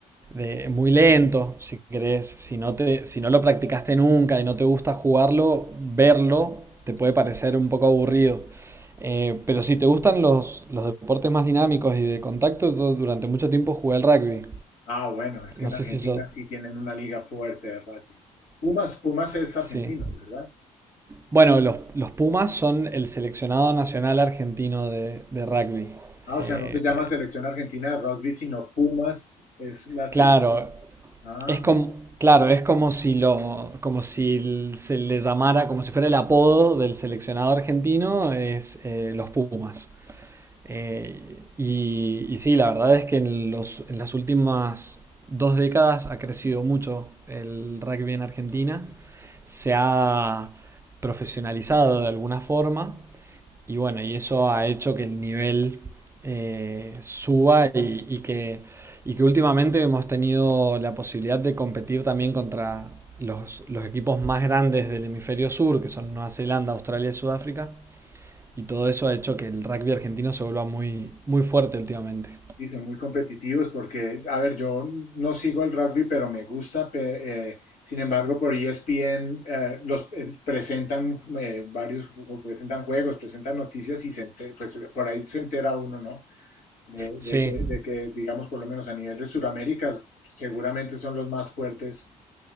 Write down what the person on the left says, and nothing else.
Ah, bueno, es
que en
Argentina
sí tienen una liga fuerte de rugby. Pumas, Pumas es
argentino, ¿verdad?
Ah, o
sea, no se llama selección argentina de rugby, sino Pumas es la selección.
Ah,
Sí, son muy competitivos porque, a ver, yo no sigo el rugby, pero me gusta. pe- eh, sin embargo, por ESPN eh, los eh, presentan eh, varios, ju- presentan juegos, presentan noticias y se ente- pues, por ahí se entera uno, ¿no? De,
de que, de que, digamos, por lo menos a nivel de Sudamérica, seguramente son los más fuertes,